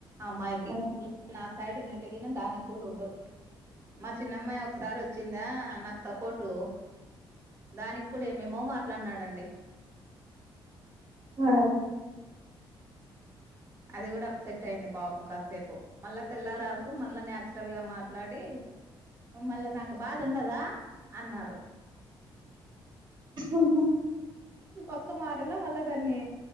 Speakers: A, on the right; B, on the right.
A: అమ్మాయికి
B: ఆ
A: నా సైడ్ ఉన్నటిగిన దానికి కూడా ఉండు మా చిన్నమ్మాయి ఒకసారి ఆచ్చిందా నాకు సపోర్టు దాని కూడా ఏమోయేమో మాట్లాడినాడండి
B: ఆ
A: అది కూడా అప్సెట్ అయింది పాపము కాసేపు మళ్ళా తెల్లారళ్కు మళ్ళా నాచురల్ గా మాట్లాడి మళ్ళా నాకు బాధ ఉండదా అన్నారు
B: ఉహు
A: ఒక్క మాటలో మళ్ళా దాన్ని